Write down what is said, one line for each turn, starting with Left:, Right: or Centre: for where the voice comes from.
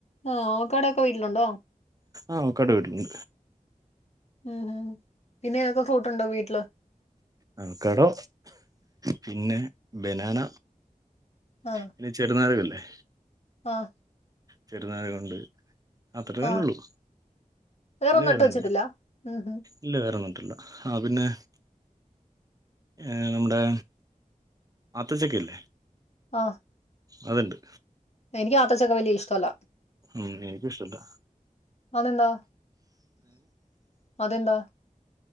Left: ആഹ് അവക്കാടോ ഒക്കെ വീട്ടിലുണ്ടോ?
Right: ആഹ് <unintelligible> വീട്ടിലുണ്ട്
Left: ഹൂഹും പിന്നെ ഏതൊക്കെ ഫ്രൂട് ഉണ്ട് വീട്ടില്
Right: ആഹ് അവകാടോ പിന്നെ ബനാന
Left: ആഹ്
Right: പിന്നെ ചെറുനാറകല്ലേ
Left: ആഹ്
Right: ചെറുനാരകം ഉണ്ട് അത്രതന്നെ
Left: ആഹ്
Right: ഉള്ളൂ
Left: വേറൊന്നും
Right: പിന്നെ
Left: നട്ട്
Right: വേറൊന്നില്ല
Left: വെച്ചിട്ടില്ല ഉം ഉം
Right: ഇല്ല വേറന്നിട്ടില്ല ആഹ് പിന്നെ ഏ നമ്മുടെ അത്തച്ചക്ക ഇല്ലേ
Left: ആഹ്
Right: അതുണ്ട്
Left: എനിക്ക് ആത്തച്ചക്ക വലിയ ഇഷ്ടമല്ല
Right: ഉം എനിക്കും ഇഷ്ടല്ല
Left: <unintelligible> അതെന്താ